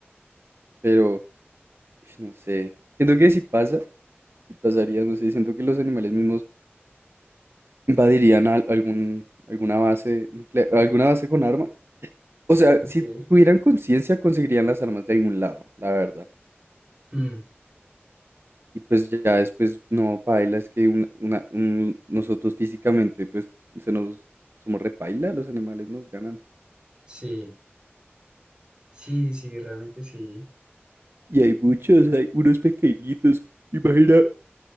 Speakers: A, on the right; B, on the right.
A: Pero, ush, no sé. Siento que si pasa, si pasaría, no sé, siento que los animales mismos invadirían al- algún, alguna base nuclear, alguna base con armas. O sea,
B: Ok.
A: si tuvieran conciencia, conseguirían las armas de algún lado, la verdad.
B: Hmm,
A: Y pues ya después, no, paila, es que una- una- un- nosotros físicamente, pues, se nos, somos repaila, los animales nos ganan.
B: Sí, sí, sí, realmente sí.
A: Y hay muchos, hay unos pequeñitos. Imagina